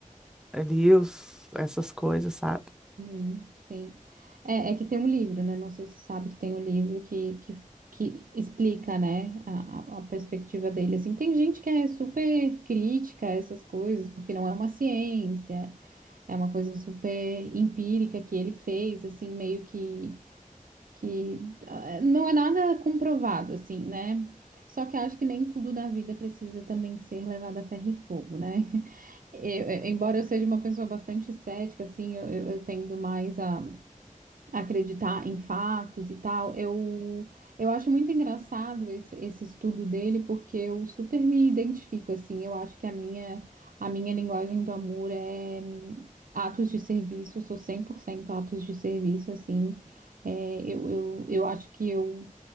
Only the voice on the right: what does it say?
uhum, sim. É, é que tem um livro, né? Não sei se você sabe que tem um livro que, que, que explica, né, a, a a perspectiva dele. Assim, tem gente que é super crítica a essas coisas, porque não é uma ciência. É uma coisa super empírica que ele fez, assim, meio que, que ah, é, não é nada comprovado, assim, né? Só que acho que nem tudo na vida precisa também ser levado a ferro e fogo, né? <laughs> Eu- eu- embora eu seja uma pessoa bastante cética, assim, eu, eu, eu tendo mais a acreditar em fatos e tal, eu, eu acho muito engraçado esse, esse estudo dele, porque eu super me identifico, assim, eu acho que a minha, a minha linguagem do amor é hum, atos de serviço, eu sou 100% atos de serviço, assim, é, eu, eu, eu acho que eu